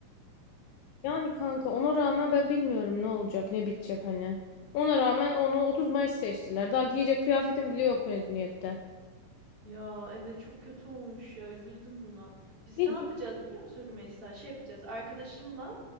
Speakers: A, on the left; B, on the right.
A: Yani kanka ona rağmen ben bilmiyorum ne olacak, ne bitecek hani. Ona rağmen onu 30 Mayıs seçtiler. Daha giyecek kıyafetim bile yok mezuniyette.
B: Ya evet çok kötü olmuş ya üzüldüm buna. Biz
A: Ne
B: ne yapacağız
A: ki?
B: biliyor musun Rümeysa? Şey yapacağız arkadaşımla